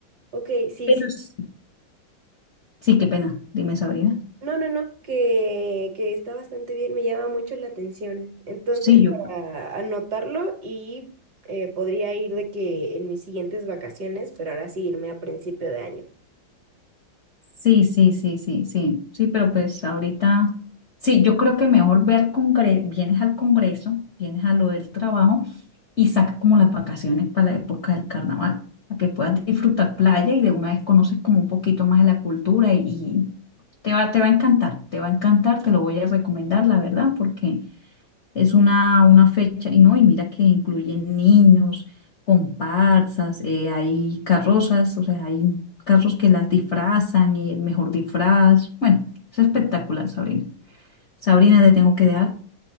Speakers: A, on the right; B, on the left.
A: ok, sí,
B: Pero
A: sí.
B: sí, sí, qué pena, dime Sabrina.
A: No, no, no, que, que está bastante bien, me llama mucho la atención. Entonces,
B: Sí, yo
A: para anotarlo y eh, podría ir de que en mis siguientes vacaciones, pero ahora sí irme a principio de año.
B: Sí, sí, sí, sí, sí, sí, pero pues ahorita, sí, yo creo que mejor ve al congreso, vienes al congreso, vienes a lo del trabajo y saca como las vacaciones para la época del carnaval, para que puedas disfrutar playa y de una vez conoces como un poquito más de la cultura y, y te va, te va a encantar, te va a encantar, te lo voy a recomendar, la verdad, porque es una, una fecha, y no, y mira que incluyen niños, comparsas, eh, hay carrozas, o sea, hay carros que las disfrazan y el mejor disfraz. Bueno, es espectacular, Sabrina. Sabrina, te tengo que dejar.